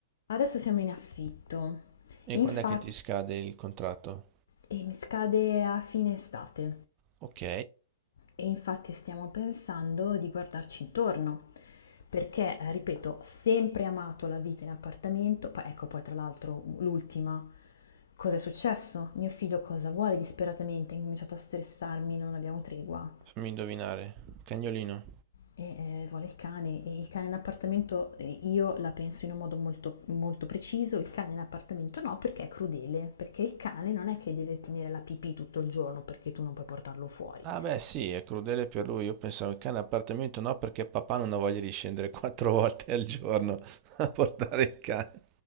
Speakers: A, on the left (about 60°); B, on the right (about 35°).
A: Adesso siamo in affitto,
B: E
A: infatti,
B: quando è che ti scade il contratto?
A: e mi scade a fine estate
B: Ok,
A: e infatti stiamo pensando di guardarci intorno, perché, eh, ripeto, ho sempre amato la vita in appartamento, poi ecco poi tra l'altro l'ultima, cosa è successo? Mio figlio cosa vuole disperatamente, ha incominciato a stressarmi, non abbiamo tregua.
B: fammi indovinare, cagnolino.
A: E, eh, vuole il cane, e il cane in appartamento eh, io la penso in un modo molto, molto preciso, il cane in appartamento no perché è crudele, perché il cane non è che deve tenere la pipì tutto il giorno perché tu non puoi portarlo fuori.
B: Ah beh sì, è crudele per lui. Io pensavo il cane appartamento no, perché papà non ha voglia di scendere <laughs> quattro volte al giorno a portare il cane.